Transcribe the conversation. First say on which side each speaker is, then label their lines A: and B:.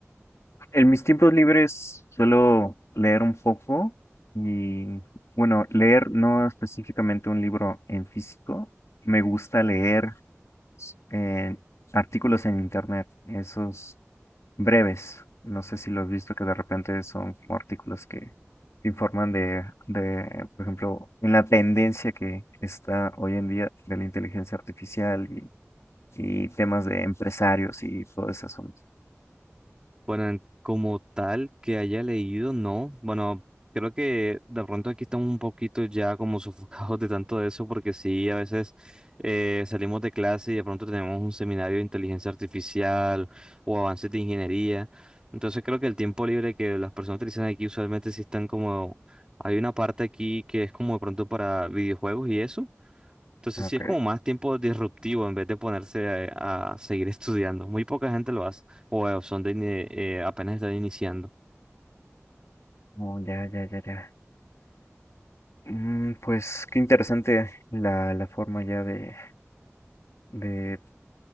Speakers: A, on the left; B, on the right.
A: En mis tiempos libres suelo leer un poco y, bueno, leer no específicamente un libro en físico. Me gusta leer eh, artículos en internet. Esos breves. No sé si lo has visto que de repente son como artículos que informan de, de, por ejemplo, en la tendencia que está hoy en día de la inteligencia artificial y, y temas de empresarios y todo ese asunto.
B: Bueno, en- como tal que haya leído, no. Bueno, creo que de pronto aquí estamos un poquito ya como <laughs> sofocados de tanto de eso, porque sí, a veces eh, salimos de clase y de pronto tenemos un seminario de inteligencia artificial o avances de ingeniería. Entonces creo que el tiempo libre que las personas utilizan aquí usualmente sí están como... Hay una parte aquí que es como de pronto para videojuegos y eso. Entonces
A: Ok.
B: sí es como más tiempo disruptivo en vez de ponerse a, a seguir <laughs> estudiando. Muy poca gente lo hace o eh, son de, ini- eh, apenas están iniciando.
A: Oh, ya, ya, ya, ya. Mm, Pues qué interesante la, la forma ya de, de,